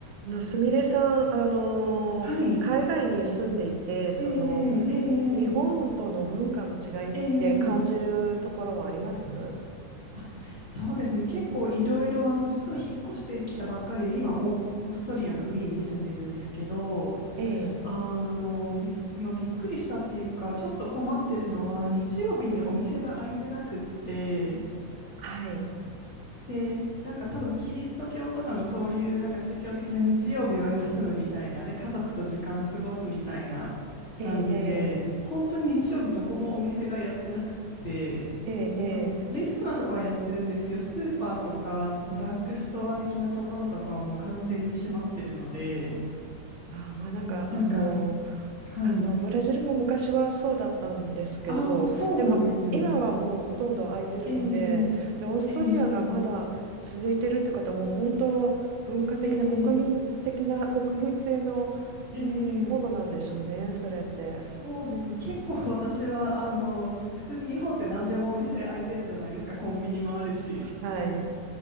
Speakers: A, on the right; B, on the left.
A: あの、すみれさん、あのー海外に住んでいて、
B: はい。
A: その、
B: ええ
A: 日本との文化の違いって感じるところはあります
B: ええええええあ、そうですね。結構いろいろ、あの、実は引っ越してきたばっかりで、今、オーストリアのウィーンに住んでるんですけど、
A: ええ、
B: あの、び、まあ、びっくりしたっていうか、ちょっと困ってるのは、日曜日にお店が開いてなくって、
A: はい。
B: で、なんか多分キリスト教とかのそういうなんか宗教的な日曜日は休むみたいな、で、家族と時間過ごすみたいな感じで、
A: ええ、
B: 本当に日曜日どこもお店がやってなくって、
A: ええ、ええ、
B: ま、
A: え
B: レストランとかはやってるんですけど、スーパーとかドラッグストア的なところとかはもう完全に閉まってるので、
A: あー、まあなんかあの
B: なんか、はい。
A: あのブラジルも昔はそうだったんですけどでも今はもうほとんど空いてるので、
B: ああ、そうなんですね。え
A: でオーストリアがまだ続いてるって方も本当文化的な国民的な国民性のものものなんでしょうねそれって。
B: えええええええそうですね。結構私は、あの、普通に日本って何でもお店開いてるじゃないですか。コンビニもあるし。
A: はい、